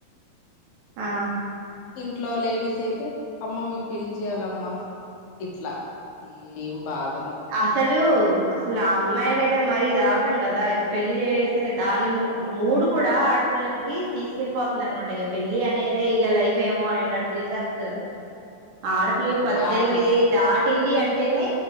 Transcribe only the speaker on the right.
ఆ
ఆసలు అసలు ఆ అమ్మాయిలకైతే మరీ దారుణం కదా దా ఇక పెళ్లి చేసే దానిూ మూడు కూడ ఆడపిల్లలకి తీసుకెళ్లిపోతుందనమాట ఇక పెళ్లి అనేదే ఇక లైఫ్ ఏమో అనేటట్టు చేసేస్తారు
ఆడపిల్లలకు
పద్దెన్మిది
దాటింది అంటేనె